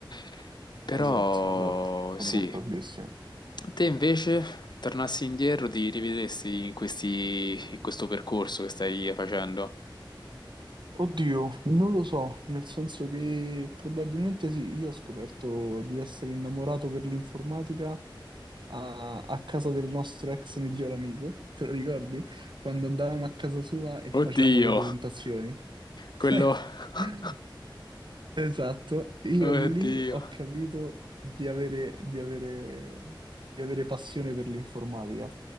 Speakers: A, on the left (about 55°); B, on the right (about 65°).
A: <laughs> Però
B: Esatto, esatto, sono
A: sì,
B: d'accordissimo.
A: te invece tornassi indietro, ti rivedresti in questi, in questo percorso che stai facendo?
B: Oddio, non lo so, nel senso che probabilmente sì, io ho scoperto di essere innamorato per l'informatica a, a casa del nostro ex miglior amico, te lo ricordi? Quando andavamo a casa sua e facevamo
A: Oddio,
B: le presentazioni. <laughs>
A: quello... <laughs>
B: Esatto, io
A: Oddio.
B: lì ho capito di avere, di avere, di avere passione per l'informatica,